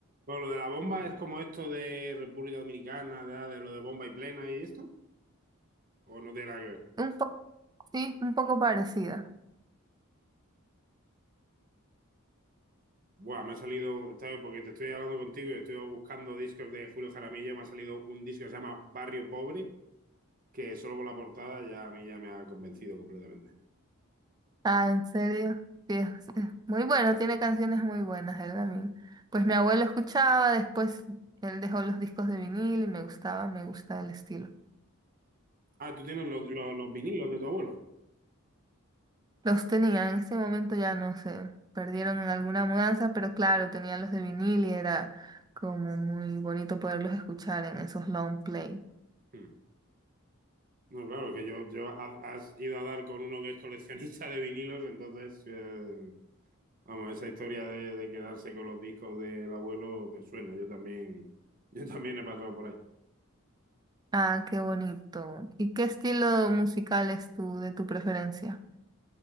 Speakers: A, on the right; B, on the right.
A: Bueno, lo de la bomba es como esto de República Dominicana, de, de lo de bomba y plena y esto, ¿o no tiene nada que ver?
B: Un poco, sí, un poco parecida.
A: Buah, me ha salido, ¿sabes? Porque te estoy hablando contigo y estoy buscando discos de Julio Jaramillo. Me ha salido un disco que se llama Barrio Pobre, que solo por la portada ya a mí ya me ha convencido completamente.
B: Ah, en serio. Sí, es, es muy bueno, tiene canciones muy buenas, él también. Pues mi abuelo escuchaba, después él dejó los discos de vinil y me gustaba, me gusta el estilo.
A: Ah, tú tienes los, los- los vinilos de tu abuelo.
B: Los tenía, en este momento ya no sé, perdieron en alguna mudanza, pero claro, tenían los de vinil y era como muy bonito poderlos escuchar en esos long play.
A: Hmm. No, claro, que yo, yo ha- has ido a dar con uno que es coleccionista de vinilos, entonces, eh, vamos, esa historia de, de quedarse con los discos del abuelo me suena. Yo también, yo también he pasado por ahí.
B: Ah, qué bonito. ¿Y qué estilo musical es tu, de tu preferencia?